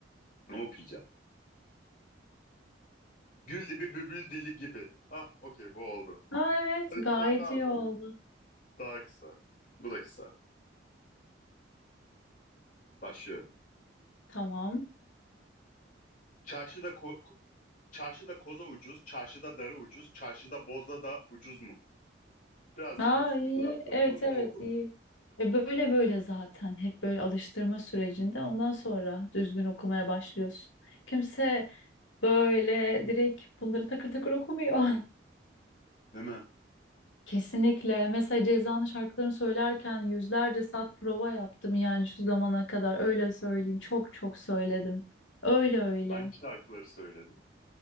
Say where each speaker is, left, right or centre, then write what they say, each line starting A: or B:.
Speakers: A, on the left (about 45°); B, on the left (about 85°).
A: Ama okuyacağım. Gül dibi bübül dili gibi. Ah okey bu oldu.
B: Aa, evet
A: Hadi
B: gayet
A: bir tane daha
B: iyi
A: okuyayım.
B: oldu.
A: Daha kısa. Bu da kısa. Başlıyorum.
B: Tamam.
A: Çarşıda ko- çarşıda koza ucuz, çarşıda darı ucuz, çarşıda boza da ucuz mu? Birazcık
B: Aa
A: hafif
B: iyi.
A: bir durakladım
B: Evet
A: ama
B: evet
A: oldu.
B: iyi. E böyle böyle zaten hep böyle alıştırma sürecinde ondan sonra düzgün okumaya başlıyorsun. Kimse böyle direkt bunları takır takır okumuyor. <laughs>
A: Değil mi?
B: Kesinlikle. Mesela Ceza'nın şarkılarını söylerken yüzlerce saat prova yaptım yani şu zamana kadar öyle söyleyeyim. Çok çok söyledim. Öyle öyle.
A: Hangi şarkıları söyledin?